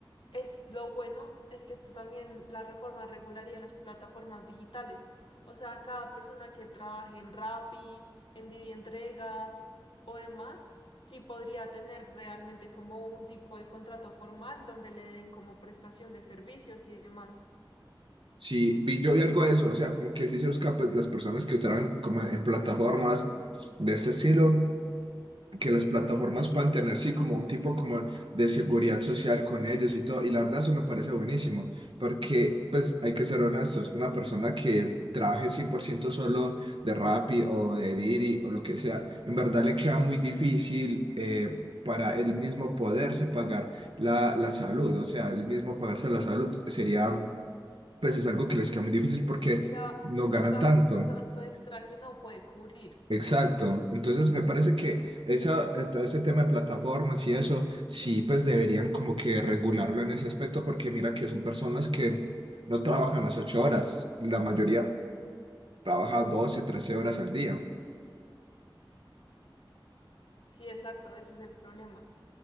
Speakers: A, on the left; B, on the right.
A: es, lo bueno es que esto también, la reforma regularía las plataformas digitales. O sea, cada persona que trabaje en Rappi, en Didi Entregas o demás, sí podría tener realmente como un tipo de contrato formal donde le den como prestación de servicios y demás.
B: Sí, vi, yo vi algo de eso, o sea, como que sí se busca pues las personas que votaran como en plataformas de ese estilo que las plataformas puedan tener, sí, como un tipo como de seguridad social con ellos y todo. Y la verdad eso me parece buenísimo, porque pues hay que ser honestos, una persona que trabaje 100% solo de Rappi o de Didi o lo que sea, en verdad le queda muy difícil eh, para él mismo poderse pagar la, la salud, o sea, él mismo pagarse la salud sería, pues es algo que les queda muy difícil porque
A: Sería
B: no
A: un
B: ganan
A: gas-
B: tanto.
A: un gasto extra que no puede cubrir.
B: Exacto, entonces me parece que esa, eh, todo ese tema de plataformas y eso, sí, pues deberían como que regularlo en ese aspecto, porque mira que son personas que no trabajan las ocho horas, la mayoría trabaja 12, 13 horas al día.
A: Sí, exacto, ese es el problema.